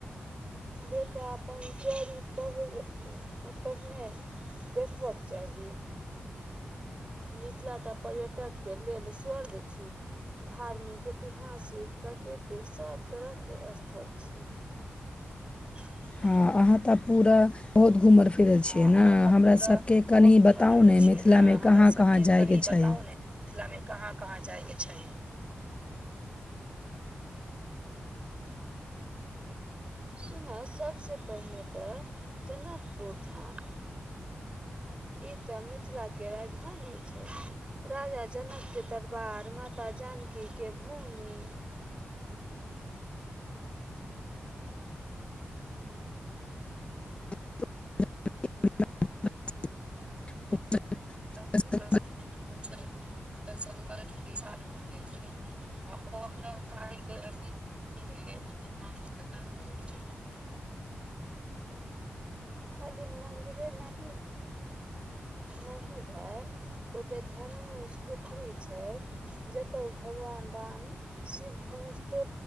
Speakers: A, on the right; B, on the left.
A: देता अपन जड़ी पहिर पहिने देखबक चाही मिथिला तऽ पर्यटकके लेल स्वर्ग छी। धार्मिक ऐतिहासिक प्राकृतिक सभ तरहके स्थल छी। <inaudible>
B: हँ अहाँ तऽ पूरा बहुत घूमल फिरल
A: हँ
B: छीये न?
A: अहाँ तऽ
B: हमरा
A: पूरा
B: सबके कनी
A: बहुत घूमल
B: बताउ
A: फिरल
B: ने
A: छियै
B: मिथिला मे
A: हमरा
B: कहाँ
A: सबके
B: कहाँ जाइके
A: कनि बताउ
B: छै?
A: ने मिथिलामे कहाँ कहाँ जाइके छै? सुनऽ सभसँ पहिने तऽ जनकपुर धाम ई तऽ मिथिलाके राजधानी छै। राजा जनक के दरबार, माता जानकी के भूमि
B: <inaudible>
A: <unintelligible>
B: छै
A: आ ओ ओकरा कारीगरी छै <unintelligible> खाली मन्दिरे नहि नहि भेय। ओते धनुष पोखरि छै। जतअ ओ भगवान राम शिवधनुष तो